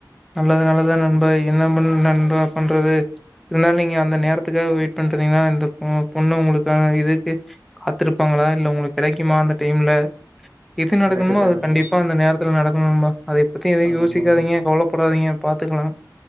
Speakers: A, in the centre; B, on the right (about 35°).
A: நல்லது நல்லது தான் நண்பை என்ன பண் நண்பா பண்றது இருந்தாலும் நீங்க அந்த நேரத்துக்கு வெயிட் பண்றீங்கன்னா இந்த பொண்ணு உங்களுக்காக இருக்கு காத்துருப்பாங்களா இல்ல உங்களுக்கு கிடைக்குமா அந்த டைம்ல எது நடக்கணுமோ
B: கரெக்ட் தான்
A: அது
B: நண்பா
A: கண்டிப்பா அந்த நேரத்துல நடக்கும் நண்பா அது பத்தி எதயும் யோசிக்காதீங்க
B: ஆமா
A: கவல வையேன் பாத்துக்கலாம்